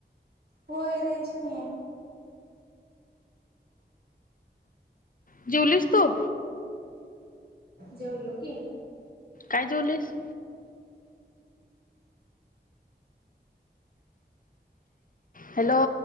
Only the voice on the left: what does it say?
<inaudible> जुवलीस तू.?
काय जेऊलेस. हॅलो.